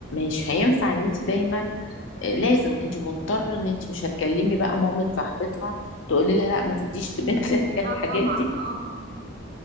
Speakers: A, on the left; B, on the right.
A: مش هينفع ان انت دايما
B: مم.
A: آه، لازم انت مضطرة ان انت مش هتكلمي بقى مامة صاحبتها تقولي لها لا ما تديش لبنتك <laughs> الحاجات
B: لا طبعا
A: دي
B: اه اه اه